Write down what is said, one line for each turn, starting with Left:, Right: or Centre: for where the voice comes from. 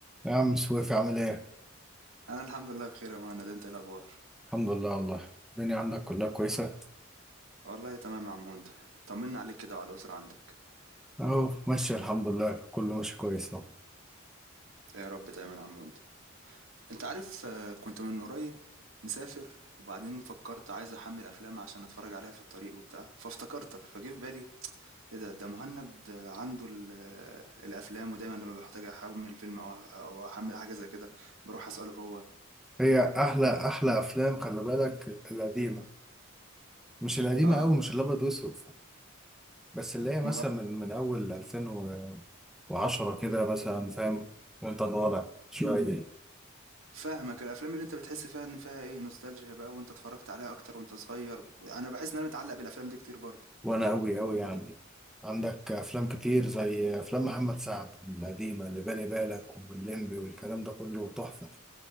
Centre: يا عم سويف عامل ايه؟
Right: انا الحمد لله بخير يا مهند انت إيه الاخبار
Centre: الحمد لله والله الدنيا عندك كلها كويسة؟
Right: والله تمام يا عم هند طمنا عليك كده وعلى الاسره عندك
Centre: اهو ماشية الحمد لله كله ماشي كويس اهو
Right: يا رب دايما يا عم هند انت عارف آه، كنت من قريب مسافر وبعدين فكرت عايز احمل افلام عشان اتفرج عليها في الطريق وبتاع فافتكرتك فجه في بالي ايه ده ده مهند آه، عنده ال- آه، الافلام ودايما لما بحتاج احمل فيلم او أو احمل حاجه زي كده بروح اساله هو
Centre: هي احلى احلى افلام خلي بالك القديمة مش القديمة
Right: اه
Centre: اوي مش الابيض واسود بس اللي هي مثلا
Right: امال
Centre: من من اول 2010 كده مثلا فاهم وانت طالع شوية
Right: فاهمك، الأفلام اللي أنت بتحس فيها إن فيها إيه، نوستالجيا بقى وأنت اتفرّجت عليها أكتر وأنت صغير، أنا باحس إن أنا متعلّق بالأفلام دي كتير برضه.
Centre: وانا اوي اوي يعني عندك افلام كتير زي افلام محمد سعد القديمة اللي بالي بالك واللمبي والكلام ده كله تحفة